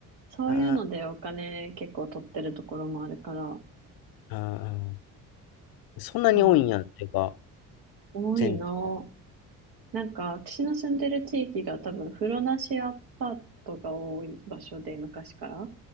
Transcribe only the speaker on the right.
そういうのでお金結構取ってるところもあるから、
だから、多いな。
なんか、私の住んでる地域が多分、風呂なしアパートが多い場所で、昔から。